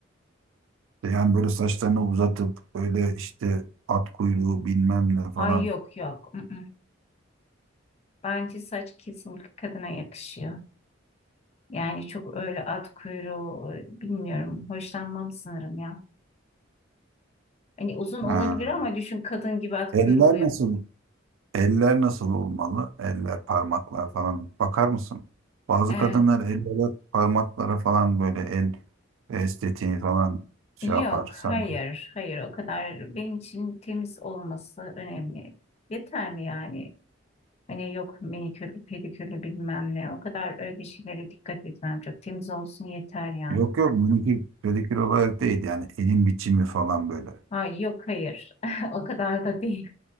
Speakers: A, on the right; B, on the left.
A: yani böyle saçlarını uzatıp böyle işte at kuyruğu bilmem ne falan.
B: Ay yok yok. ı-ı. Bence saç kesinlikle kadına yakışıyor. Yani çok öyle at kuyruğu e, bilmiyorum. Hoşlanmam sanırım ya. Hani uzun olabilir
A: Ha.
B: ama düşün kadın gibi at
A: Eller
B: kuyruğu
A: nasıl Eller nasıl olmalı? Eller, parmaklar falan. Bakar mısın? Bazı
B: yaptı.
A: kadınlar ellere, parmaklara falan böyle el estetiğini falan şey
B: Yok,
A: yapar. Sen
B: hayır, hayır o kadar benim için temiz olması önemli. Yeterli mi yani? Hani yok minikürlü, pedikürlü bilmem ne. O kadar öyle şeylere dikkat etmem. Çok temiz olsun yeter yani.
A: yok yok bununki pedikür olarak değil yani elin biçimi falan böyle.
B: Ay yok hayır. <laughs> O kadar da değil.